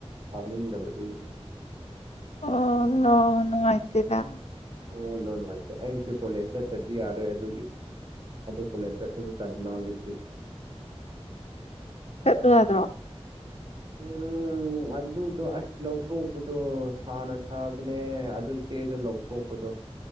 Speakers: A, on the right; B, on the left.
A: ꯄꯥꯅꯤꯡꯗꯕꯗꯨꯢ
B: ꯑꯣ ꯅꯣ ꯅꯨꯉꯥꯢꯇꯦꯗ
A: ꯑꯣ ꯅꯣ ꯅꯨꯡꯉꯥꯢꯇꯦ ꯑꯩꯁꯨ ꯀꯣꯂꯦꯖ ꯆꯠꯇꯗꯤ ꯌꯥꯔꯣꯏ ꯑꯗꯨꯒꯤ ꯑꯗꯨ ꯀꯣꯂꯦꯖ ꯆꯠꯄꯁꯨ ꯇꯟꯕ ꯍꯧꯖꯤꯛꯇꯤ
B: ꯆꯠꯂꯨ ꯌꯥꯗ꯭ꯔꯣ
A: ꯎꯝ ꯎꯝ ꯑꯗꯨꯗꯣ ꯑꯁ ꯂꯧꯊꯣꯛꯄꯗꯣ ꯁꯥꯅ ꯁꯥꯕꯅꯦ ꯑꯗꯨ ꯆꯦꯗꯨ ꯂꯧꯊꯣꯛꯄꯗꯣ꯫